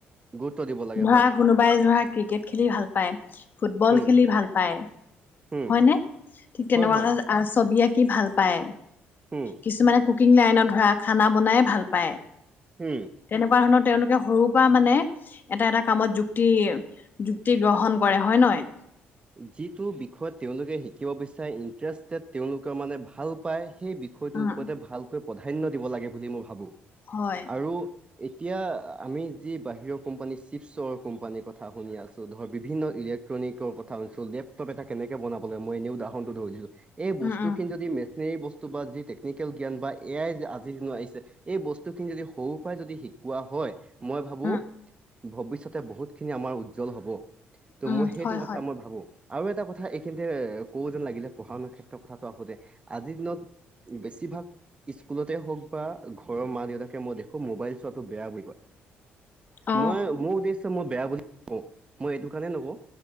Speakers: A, on the right; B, on the left.
A: গুৰুত্ব দিব লাগে
B: ধৰা
A: হয়
B: কোনোবাই ধৰা ক্ৰিকেট খেলি ভাল পায় ফুটবল
A: উম
B: খেলি ভাল পায়
A: উম
B: হয়নে ঠিক তেনেকোৱা
A: হয় হয়
B: হলে আৰু ছবি আঁকি ভাল পায়
A: উম
B: কিছুমানে কুকিং লাইনত ধৰা খানা বনাই ভাল পায়।
A: উম
B: তেনেকোৱা ধৰণৰ তেওঁলোকে সৰুৰ পৰা মানে এটা এটা কামত যুক্তি যুক্তি গ্ৰহণ কৰে। হয় নহয়?
A: যিটো বিষয় তেওঁলোকে শিকিব বিচাৰে ইণ্টাৰেষ্টেড তেওঁলোকে মানে ভাল পায় সেই বিষয়টোৰ
B: উম
A: ওপৰতে ভালকৈ প্ৰাধান্য দিব লাগে বুলি মই ভাবো।
B: হয়
A: আৰু এতিয়া আমি যি বাহিৰৰ কোম্পানী চিপছৰ কোম্পানীৰ কথা শুনি আছো ধৰ বিভিন্ন ইলেক্ট্ৰনিকৰ কথা শুনিছো লেপটপ এটা কেনেকে বনাব লাগে মই এনেই উদাহৰণটো ধৰি দিছো এই
B: উম
A: বস্তুখিনি
B: উম
A: যদি বস্তু বা যি টেকনিকেল জ্ঞান বা এ আই আজি দিনত আহিছে এই বস্তুখিনি যদি সৰুৰ পৰাই যদি শি কোৱা হয়, মই ভাবো
B: উম
A: ভৱিষ্যতে বহুত খিনি আমাৰ উজ্জ্বল হব। ত'
B: উম
A: মই সেইটো
B: হয়
A: কথা
B: হয়।
A: মই ভাবো আৰু এটা কথা এইখিনিতে কও যেন লাগিলে পঢ়া শুনাৰ ক্ষেত্ৰত কথাটো আহো দে আজিৰ দিনত বেছিভাগ স্কুলতে হওক বা ঘৰৰ মা দেউতাকে মই দেখো মোবাইল চোৱাটো বেয়া বুলি কয়।
B: অ
A: মই মোৰ উদ্দেশ্য মই বেয়া বুলি নকওঁ, মই এইটো কাৰণে নকওঁ